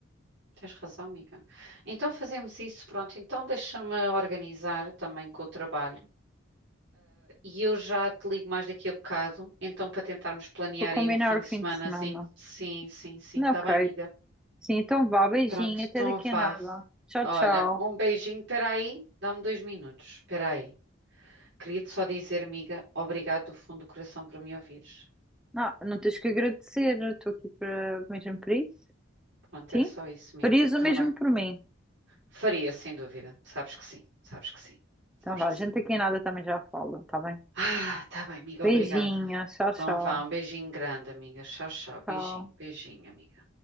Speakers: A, on the right; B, in the centre.
A: Tens razão, amiga. Então fazemos isso, pronto. Então deixa-me organizar também com o trabalho. E eu já te ligo mais daqui a bocado, então para tentarmos planear
B: para combinar
A: aí um fim
B: o
A: de semanazinho.
B: fim de semana.
A: Sim, sim, sim,
B: Não,
A: tá
B: ok.
A: bem, amiga.
B: Sim, então vá, beijinho,
A: Pronto,
B: até
A: então
B: daqui
A: vá.
B: a nada. Tchau,
A: Olha,
B: tchau.
A: um beijinho, peraí, dá-me dois minutos, peraí. Queria-te só dizer, amiga, obrigado do fundo do coração por me ouvires.
B: Não, não tens que agradecer, estou aqui para, mesmo para isso.
A: Pronto,
B: Sim?
A: era só isso, amiga.
B: Farias o
A: Tá
B: mesmo
A: bem.
B: por mim.
A: Faria, sem dúvida. Sabes que sim, sabes que sim, sabes
B: Então vá,
A: que
B: a
A: sim.
B: gente aqui em nada também já fala, tá bem?
A: Ah, tá bem, amiga,
B: Beijinhos,
A: obrigada.
B: tchau,
A: Então
B: tchau.
A: vá, um beijinho grande, amiga. Tchau, tchau.
B: Tchau.
A: Beijinho, beijinho, amiga.